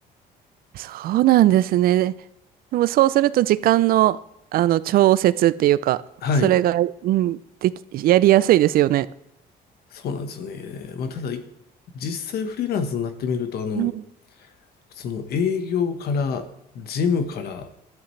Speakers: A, on the right; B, on the left.
A: そうなんですね。でもそうすると時間の、あの調節っていうか、
B: はい。
A: それが、うん、でき、やりやすいですよね。
B: そうなんですよね。まあ、ただ、い実際フリーランスになってみると、あの、
A: うん。
B: その営業から、事務から、